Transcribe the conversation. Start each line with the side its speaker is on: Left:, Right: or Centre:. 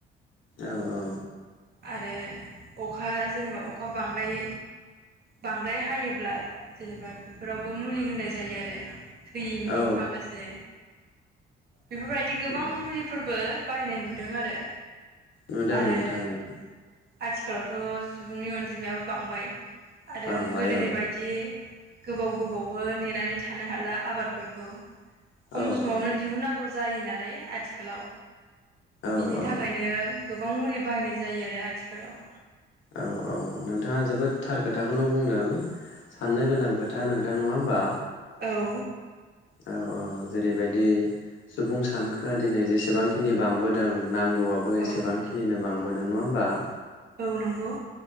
Left: औ औ।
Right: आरो अखा जेनेबा अखा बांदाय बांद्राय हायोब्ला जेनेबा बेफोरावबो मुलि होनाय जायो आरो थैयिनि
Left: औ
Right: माखासे बेफोरबायदि गोबां
Left: उम
Right: मुलिफोरबो बाहायनाय नुदों आरो
Left: नुदों
Right: आरो
Left: नोंथां नुदों।
Right: आथिखालावथ' सुबुंनि अनजिमायाबो बांबाय आरो
Left: बांबाय
Right: गोदोनि
Left: औ
Right: बायदि। गोबाव गोबावबो नेनानै थानो हाला आबादफोरखौ खम
Left: औ
Right: समावनो
Left: नोंथां
Right: दिहुननांगौ जायो नालाय आथिखालाव बिनि
Left: औ औ
Right: थाखायनो गोबां मुलि बाहायनाय जा जायो आरो आथिखालाव।
Left: औ औ नोंथाङा जोबोद थार खोथाखौनो बुंदों साननो गोनां खोथा नोंथां नङा होम्बा?
Right: औ।
Left: औ औ जेरैबायदि सुबुं सानखोआ दिनै जेसेबांखिनि बांबोदों नांगौआबो
Right: औ
Left: एसेबांखिनिनो बां बोदों नङा होमबा?
Right: औ नंगौ